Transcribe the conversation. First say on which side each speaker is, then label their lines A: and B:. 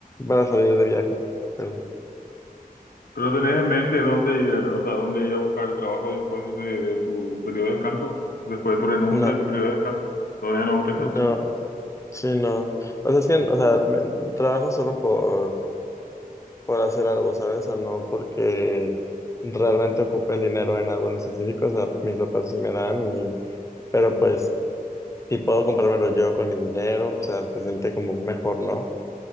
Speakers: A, on the left; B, on the left.
A: para salir de viaje. Pero
B: ¿Pero tenés en mente dónde ir, o sea, dónde ir a buscar el trabajo después de, de tu periodo de descanso? Después de tu renuncia
A: no,
B: de tu periodo de descanso. ¿Todavía no pensaste
A: no,
B: en eso?
A: sí, no. O sea, es que, o sea, me- trabajo solo por, por hacer algo, ¿sabes? O no porque realmente ocupe el dinero en algo en específico. O sea, mis papás sí me dan, y, pero pues, si puedo comprármelo yo con mi dinero, o sea, se siente como mejor, ¿no?